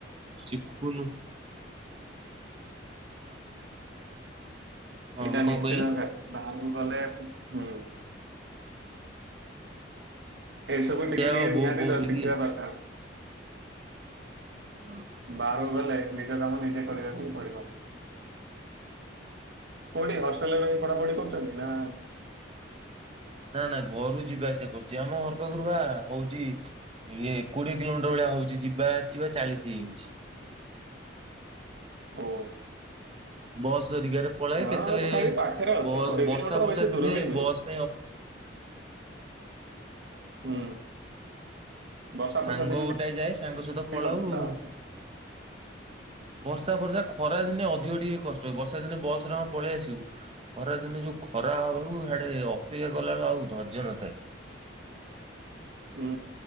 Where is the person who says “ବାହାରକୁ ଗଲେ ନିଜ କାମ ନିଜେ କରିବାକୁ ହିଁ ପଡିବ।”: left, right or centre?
Right